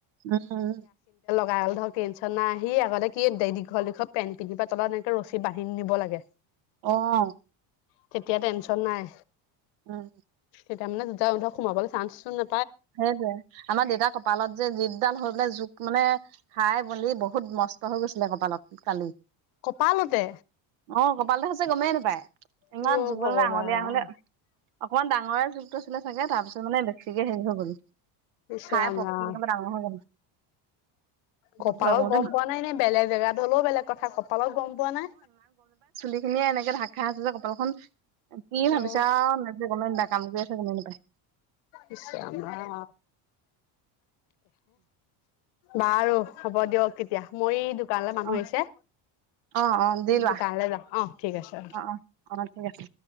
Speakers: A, on the right; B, on the left.
A: উম উম।
B: গায়ল ধৰক টেনচন নাই আহি আগতে কি দীঘৰ দীঘৰ পেনট পিন্ধিব প তলত এনেকে ৰছী বান্ধি নিব লাগে।
A: আহ!
B: তেতিয়া টেনচন নাই।
A: উম।
B: তেতিয়া মানে <unintelligible> সোমাবলৈ চান্চ ন-
A: সেইটোৱে আমাৰ দেউতাৰ কপালত যে জী ডাল হৈ পেলাই জোক মানে- খাই মেলি বহুত মষ্ট হৈ গৈছিলে কপালত কালি।
B: কপালতে?
A: অ, কপালতে হৈছে গমেই নেপায় ইমান
B: অ
A: জুকলে
B: ভগৱান
A: আঙল আহঙলে অকমান ডাঙৰ- ডাঙৰে জোঁকটো আছিলে চাগে তাৰপিছত মানে বেছিকে হেৰি হৈ গ'ল।
B: ইচ
A: খাই
B: ৰাম
A: পকি
B: ৰাম
A: একদম ডাঙৰ হৈ গ'ল। বহুত
B: কপালত
A: ভয় কৰো
B: গম
A: দেই
B: পোৱা নাই নে বেলেগ জেগাত হ'লেও বেলেগ কথা কপালত গম পোৱা নাই।
A: সেইখিনিয়ে এনেকে ঢা- ক খাই আছিলে কপালখন। কি ভাবিছা
B: অ
A: <unintelligible> কাম কৰি আছে, গমেই নাপায়।
B: ইশ ৰাম - ৰাম। বাৰু, হ'ব দিয়ক তেতিয়া। মই এই দো কানলে মানুহ
A: অ,
B: আহিছে।
A: অ, অ, দি লোৱা
B: দোকানলে যাওঁ। অ' ঠিক আছে।
A: অ, অ, অ, ঠিক আছে।